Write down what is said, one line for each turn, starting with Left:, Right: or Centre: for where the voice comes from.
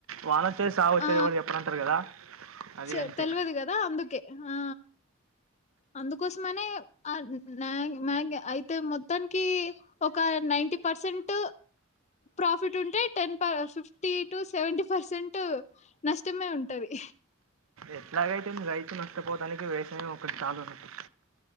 Right: వాన వచ్చేది సావు వచ్చేది
Left: ఆ
Right: ఎవరు చెప్పరాంటారు కదా అది
Left: చె
Right: అంతే
Left: తెలువదు గదా అందుకే ఆ అందుకోసమనే ఆ మ మ్యా అయితే మొత్తానికి ఒక నైన్ ఫిఫ్టీ పర్సెంట్ ప్రాఫిట్ ఉంటే టెన్ ప ఫిఫ్టీ టు సెవెంటీ పర్సెంట్ నష్టమే ఉంటది
Right: ఎట్లాగైతే రైతు నష్టపోవడానికి వ్యవసాయం ఒకటి చాలు అన్నట్టు